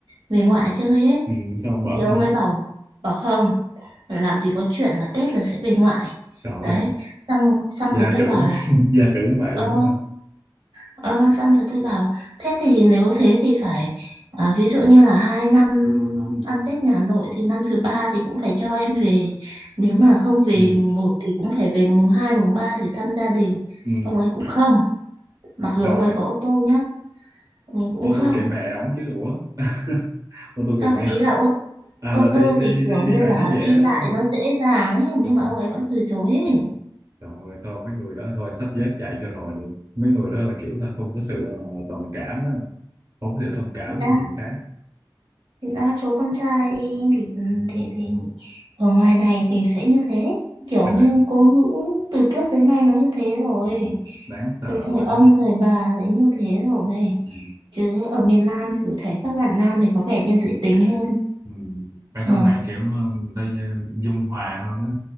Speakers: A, on the right; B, on the right.
A: về ngoại chơi ấy.
B: ừ sao không bỏ
A: Thì ông
B: sao
A: ấy bảo bảo không, làm gì có chuyện là Tết là sẽ về ngoại.
B: trời
A: Đấy,
B: ơi
A: xong xong
B: gia
A: rồi tôi
B: trưởng
A: bảo
B: <laughs>
A: là
B: gia trưởng vậy
A: Ờ
B: luôn hả
A: Ờ, xong rồi tôi bảo thế thì nếu thế thì phải à, ví dụ như là hai năm ăn Tết nhà nội thì năm thứ ba thì cũng phải cho em về nếu mà không về
B: ừ
A: mùng một thì cũng phải về mùng 2 mùng 3 để thăm gia đình
B: ừ
A: ông ấy cũng không mặc dù
B: trời
A: ông ấy có ô tô nhá ông ấy cũng
B: ô
A: không
B: tô kệ mẹ ổng chứ ủa <laughs> ô tô
A: không
B: kệ mẹ
A: ý là ô
B: à
A: ô
B: là đi
A: tô
B: đi
A: thì kiểu
B: đi đi
A: như
B: lại
A: là
B: nó dễ
A: đi
B: đúng
A: lại
B: không
A: nó dễ dàng ấy
B: Ờ,
A: nhưng mà
B: ờ.
A: ông ấy vẫn từ chối ấy
B: trời ơi thôi mấy người đó thôi xách dép chạy cho rồi đi mấy người đó là kiểu là không có sự ờ, đồng cảm á không có sự thông cảm
A: thì ra
B: với người khác
A: thì đa số con trai thì ừ, thì thì ở ngoài này thì sẽ như thế kiểu
B: trời
A: như cố hữu từ trước tới nay nó như thế rồi
B: ừ, đáng sợ
A: từ thời
B: quá
A: ông thời bà thì như thế rồi
B: ừ.
A: chứ ở miền Nam thì tôi thấy các bạn nam thì có vẻ như dễ tính hơn
B: Ừ. Ở
A: ờ
B: trong này kiểu ờ, người ta ờ, dung hòa hơn á.